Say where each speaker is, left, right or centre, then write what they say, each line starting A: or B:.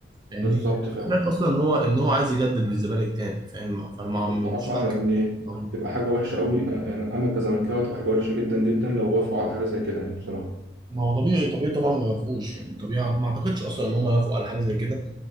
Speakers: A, on the right; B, on the right.
A: فاهمني
B: بالظبط فعلا
A: انا سمعت اصلا ان هو ان هو عايز يجدد للزمالك تاني فاهم فانا ما مش
B: بصراحة
A: متاكد
B: يعني
A: بصراحة. ما هو
B: تبقى حاجة وحشة أوي يعني أنا كزملكاوي تبقى حاجة وحشة جدا جدا لو وافقوا على حاجة زي كده يعني بصراحة
A: ما هو طبيعي طبيعي طبعا ما يوافقوش يعني طبيعي ما اعتقدش اصلا ان هم يوافقوا على حاجه زي كده